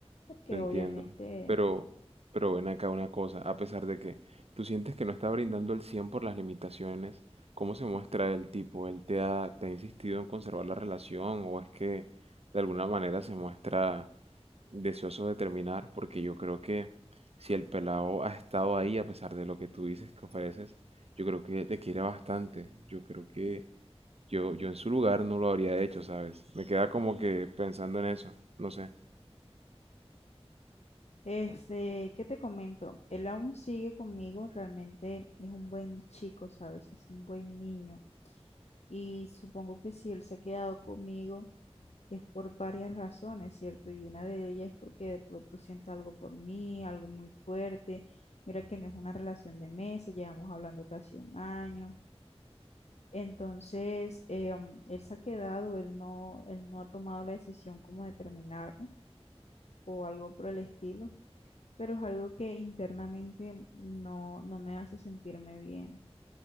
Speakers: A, on the left (about 85°); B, on the right (about 70°).
A: porque
B: Te entiendo.
A: obviamente,
B: Pero, pero ven acá una cosa, a pesar de que tú sientes que no está brindando el 100 por las limitaciones, ¿cómo se muestra el tipo? ¿Él te ha, te ha insistido en conservar la relación o es que de alguna manera se muestra deseoso de terminar? Porque yo creo que si el pelado ha estado ahí, a pesar de lo que tú dices que ofreces, yo creo que te quiere bastante. Yo creo que yo, yo en su lugar no lo habría hecho, ¿sabes? Me queda como que pensando en eso, no sé.
A: este, ¿qué te comento? Él aún sigue conmigo, realmente es un buen chico, ¿sabes? Es un buen niño. Y supongo que si él se ha quedado conmigo es por varias razones, ¿cierto? Y una de ellas es porque de pronto siente algo por mí, algo muy fuerte. Mira que no es una relación de meses, llevamos hablando casi un año. Entonces, eh, um, él se ha quedado, él no, él no ha tomado la decisión como de terminarme o algo por el estilo. pero es algo que internamente no, no me hace sentirme bien,